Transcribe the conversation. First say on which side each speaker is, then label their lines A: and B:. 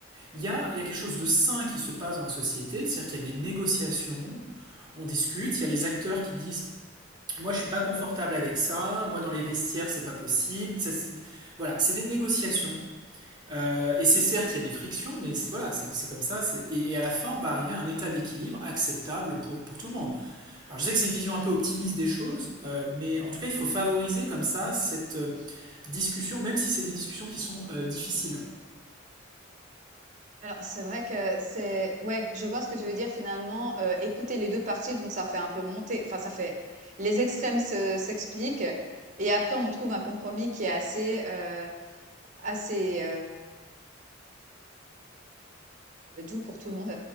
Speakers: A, on the right; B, on the right.
A: il y a, il y a quelque chose de sain qui se passe dans la société, c'est-à-dire qu'il y a des négociations, on discute, il y a les acteurs qui disent moi je suis pas confortable avec ça, moi dans les vestiaires c'est pas possible. voilà, c'est des négociations. Euh, et c'est certes, il y a des frictions, mais c'est voilà, c'est c'est comme ça. Et, et à la fin, on va arriver à un état d'équilibre acceptable pour, pour tout le monde. Alors je sais que c'est une vision un peu optimiste des choses, euh, mais en tout cas, il faut favoriser comme ça cette euh, discussion, même si c'est des discussions qui sont euh, difficiles.
B: Alors, c'est vrai que c'est ouais, je vois ce que tu veux dire finalement, heu, écouter les 2 parties donc ça fait un peu monter enfin ça fait les extrêmes se s'expliquent et après on trouve un compromis qui est assez, heu, assez, heu, doux pour tout le monde.